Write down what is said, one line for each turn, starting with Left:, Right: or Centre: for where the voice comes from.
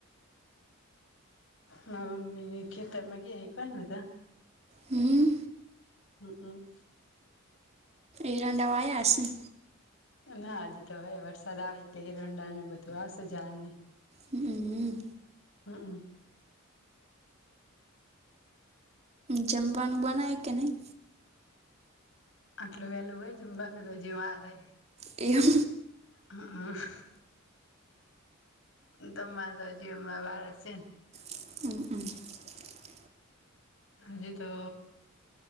Left: માર મમ્મી એય ખેતરમા ગયા હે <unintelligible>
Right: હમ્મ.
Left: અમ્મ-અમ્મ.
Right: એરંડા વાયા હશે.
Left: ના હજી તો હવે વરસાદ આવે એટલે એરંડાનું ને બધું આવશે જાડ ને.
Right: હમ
Left: અમ્મ-મમ્મ.
Right: જમવાનું બનાય કે નહીં?
Left: આટલું વહેલું હોય જમવાંનુ? તો હજી વાર હે.
Right: એમ
Left: હા હ તમારા જીવમાં વાળ છે.
Right: <inaudible>
Left: હજી તો